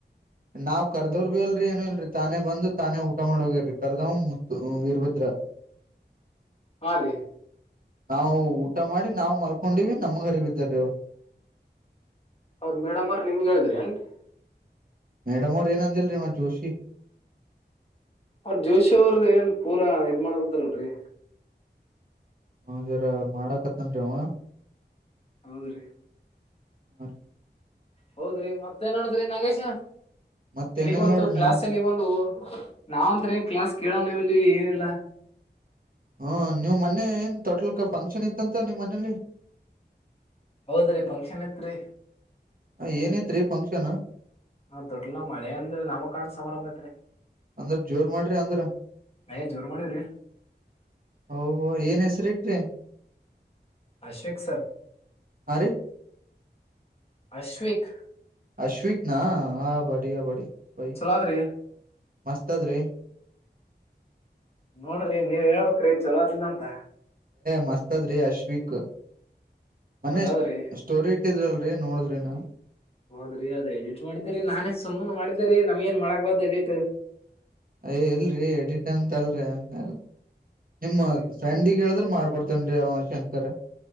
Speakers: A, on the right (about 55°); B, on the left (about 35°).
A: ನಾವ್ ಕರ್ದವರ್ ಬಿ ಅಲ್ ಅಲ್ರಿ ಏನು ಇಲ್ರರಿ ತಾನೇ ಬಂದು ತಾನೇ ಊಟ ಮಾಡ ಹೋಗಿರಿ ಕರ್ದವ ಮು ಇರ್ಭದ್ರ
B: ಹಾ ರೀ
A: ನಾವು ಊಟ ಮಾಡಿ ನಾವವು ಮಲ್ಕೊಂಡಿವವಿ ನಮ್ಗ್ ಹರಿಬಿದ್ದಾರೀ ಅವರು
B: ಅವ್ರ ಮೇಡಮ್ ಅವ್ರ ನಿಮಗೆ ಹೇಳಿದ್ರಿ ಏನ್ರಿ
A: ಮೇಡಮ್ ಅವ್ರ ಏನಂದಿಲ್ರಿಮ್ಮ ಜೋಶಿ
B: ಅವ್ರ ಜೋಶಿ ಅವ್ರದ ಏನ್ ಪೂರಾ ಇದ್ ಮಾಡಕೊತಾರಡ್ರಿ
A: ಹದರ ಮಾಡಕತ್ತನ್ರಿ ಅವ
B: ಹೌದ್ರಿ
A: ಹ
B: ಹೌದ್ರಿ ಮತ್ತೆನ್ ನೋಡಿದ್ರಿ ನಾಗೇಶ
A: ಮತ್
B: ಎಲ್ಲಿಗ್
A: ಏನಿಲ್
B: ಬಂತು
A: ನೋಡ್ರಿ
B: ಕ್ಲಾಸ್
A: ನೀವ್
B: ಅಲ್ಲಿ ಬಂದು ನಾವಂತ ಏನ್ ಕ್ಲಾಸ್ ಕೇಳಲ್ವುಲ್ಲಿ ನೀ ಏನಿಲ್ಲ
A: ಹ್ಮ ನೀವ್ ಮನೆೆ ಏನ್ ಟೋಟಲ್ ಫಂಕ್ಷನ್ ಇತ್ತಂತ ನಿಮ್ಮ್ ಮನೇಲಿ
B: ಹೌದ್ರಿ ಫಂಕ್ಷನ್ ತ್ರಿ
A: ಹ ಏನೈತ್ರಿ ಫಂಕ್ಷನ್
B: ಹಾ ತೊಟ್ಲ ನ ಮಳೆ ಅಂದ ನಮ್ಮ ಕಾಣ ಸಮಾರಂಭ ಐತ್ರಿ
A: ಅಂದ್ರ ಜೋರ್ ಮಾಡ್ರಿ ಅಂದ್ರ
B: ಅಯ್ಯ ಜೋರ್ ಮಾಡಿವ್ರಿ
A: ಓ ಏನ್ ಹೆಸರಿ ಇಟ್ರಿ
B: ಅಶ್ವೇಕ್ ಸರ್
A: ಹಾ ರೀ
B: ಅಶ್ವಕ್
A: ಅಶ್ವಕ್ ನ ಆ ಬಡಿ ಬಡಿ ಒಯ್
B: ಚಲೋ ಅದ್ರಿ
A: ಮಸ್ತ್ ಅದ್ರೀ
B: ನೋಡ್ರಿ ನೀವ್ ಹೇಳ್ಬೇಕ್ರಿ ಚಲೋ ಅದಿಲ್ಲ ಅಂತ
A: ಮಸ್ತಜ ರೀ ಅಶ್ವಕ್ ಮನೆ
B: ಚಲೋ ಅದ್ರಿ
A: ಸ್ಟೋರಿ ಇಟ್ಟಿದ್ರಲ್ರರಿ ನೋಡಿದ್ರಿನು
B: ಹೌದ್ರಿ ಅದೇ ಎಡಿಟ್ ಮಾಡ್ತೇರಿ ನಾನೇ ಸುಮನೆ ಮಾಡಿದ್ದೇರಿ ನಮ್ ಏನ್ ಮಾಡಕ್ಬಾರ್ದ ಎಡಿಟ್
A: ಅಯ ಇಲ್ರರಿ ಎಡಿಟ್ ಅಂತಲ್ರಿ ಹಂಗ ನಿಮ್ಮ
B: ನೋಡ್ರಿ
A: ಫ್ರಂಡಗ್ ಹೇಳಿದ್ರ ಮಾಡ್ಕೊಡ್ತೇನ್ೀ ಅವ ಶಂಕರ